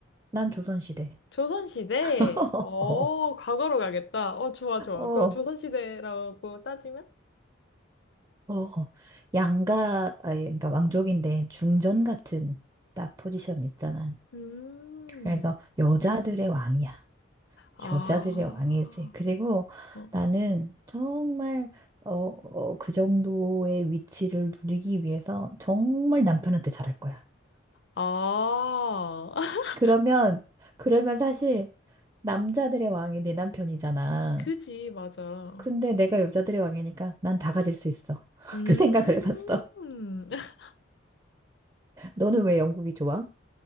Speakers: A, on the right; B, on the left.
A: 난 조선시대.
B: 조선시대?
A: <laughs>
B: 어,
A: 어,
B: 과거로 가겠다. 어, 좋아, 좋아.
A: 어,
B: 그럼 조선시대라고 따지면?
A: 어. 양가, 아니, 그러니까 왕족인데 중전 같은 딱 포지션 있잖아.
B: 음.
A: 그래서 여자들의
B: 음.
A: 왕이야.
B: 아.
A: 여자들의 왕이지. 그리고
B: 어.
A: 나는 정말 어, 어, 그 정도의 위치를 누리기 위해서 정말 남편한테 잘할 거야.
B: 아. <laughs>
A: 그러면 그러면 사실 남자들의 왕이 내 남편이잖아.
B: 그지, 맞아.
A: 근데 내가 여자들의 왕이니까 난 다 가질 수 있어. <laughs>
B: 음.
A: 그 생각을 해봤어.
B: <laughs>
A: 너는 왜 영국이 좋아?